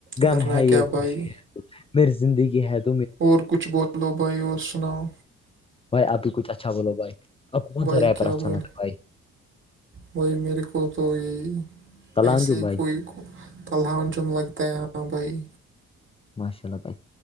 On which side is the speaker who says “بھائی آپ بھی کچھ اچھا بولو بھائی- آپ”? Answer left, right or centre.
Left